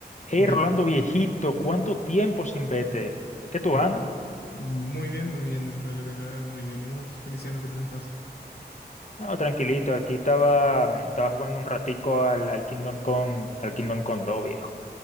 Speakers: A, on the left; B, on the left.
A: Hey,
B: Bien,
A: Rolando viejito, ¿cuánto tiempo sin vete? ¿Qué tú
B: m-
A: andas?
B: muy bien, muy bien dentro de lo que cabe, muy bien. ¿Y vos, Feliciano, qué tal estás?
A: No, tranquilito, aquí estaba, mm, estaba jugando un ratico al, al Kingdom Come, al Kingdom Come 2, viejo.